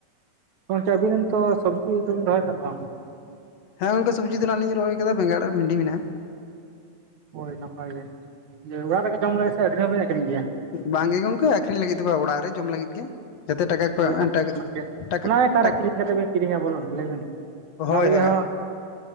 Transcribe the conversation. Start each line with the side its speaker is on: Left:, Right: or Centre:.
Right: ᱜᱚᱢᱠᱮ ᱟᱵᱤᱱ ᱛᱚ ᱥᱚᱵᱽᱡᱤ ᱫᱚ ᱵᱤᱱ ᱨᱚᱦᱚᱭ ᱟᱠᱟᱫ ᱵᱟᱝ?
Left: ᱦᱮᱸ ᱜᱚᱝᱠᱮ ᱥᱚᱵᱽᱡᱤ ᱛᱟᱱᱟᱜ ᱞᱤᱧ ᱨᱚᱦᱚᱭ ᱠᱟᱫᱟ ᱵᱮᱸᱜᱲᱟᱜ ᱟᱨ ᱵᱷᱮᱱᱰᱤ ᱢᱮᱱᱟᱜᱼᱟ।
Right: ᱦᱳᱭ ᱱᱟᱯᱟᱭ ᱜᱮ ᱚᱲᱟᱜ ᱨᱮᱜᱮ ᱡᱚᱢ ᱞᱟᱹᱜᱤᱫ ᱥᱮ ᱟᱹᱠᱷᱨᱤᱧ ᱦᱚᱸ ᱵᱤᱱ ᱟᱹᱠᱷᱨᱤᱧ ᱜᱮᱭᱟ?
Left: ᱵᱟᱝ ᱜᱮ ᱜᱚᱝᱠᱮ ᱟᱠᱷᱨᱤᱧ ᱞᱟᱹᱜᱤᱫ ᱫᱚ ᱵᱟᱝ ᱚᱲᱟᱜ ᱨᱮ ᱡᱚᱢ ᱞᱟᱹᱜᱤᱫ ᱜᱮ। ᱡᱟᱛᱮ ᱴᱟᱠᱟ ᱠᱚ
Right: ᱦᱳᱭ
Left: ᱮᱢ ᱴᱟᱠ
Right: ᱚᱱᱟᱜᱮ
Left: ᱴᱟᱠ
Right: ᱚᱱᱟ ᱚᱠᱟᱨᱮ
Left: ᱴᱟᱠ।
Right: ᱠᱤᱨᱤᱧ ᱠᱟᱛᱮ ᱵᱮᱱ ᱠᱤᱨᱤᱧᱟ ᱵᱚᱞᱩᱱ ᱞᱟᱹᱭ ᱵᱤᱱ ᱚᱱᱟ
Left: ᱦᱳᱭ
Right: ᱞᱟᱹᱜᱤᱫ
Left: ᱦᱳᱭ
Right: ᱦᱚᱸ